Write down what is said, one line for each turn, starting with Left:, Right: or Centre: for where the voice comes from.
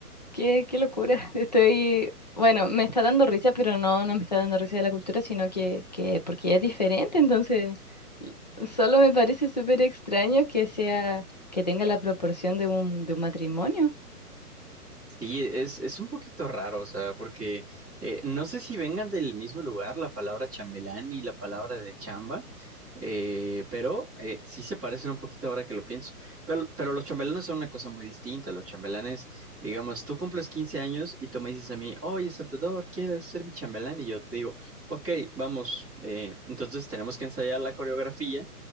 Left: Qué, qué locura. <laughs> Estoy, bueno, me está dando risa, pero no, no me está dando risa de la cultura, sino que, que porque es diferente, entonces l- solo me parece súper extraño que sea, que tenga la proporción de un, de un matrimonio.
Centre: Sí, es, es un poquito raro, o sea, porque eh, no sé si vengan del mismo lugar la palabra chambelán y la palabra de chamba, eh, pero eh, sí se parecen un poquito ahora que lo pienso. Pero, pero los chambelanes son una cosa muy distinta. Los chambelanes, digamos, tú cumples 15 años y tú me dices a mí, oye, Salvador, ¿quieres ser mi chambelán? Y yo te digo, ok, vamos. Eh, entonces tenemos que ensayar la coreografía.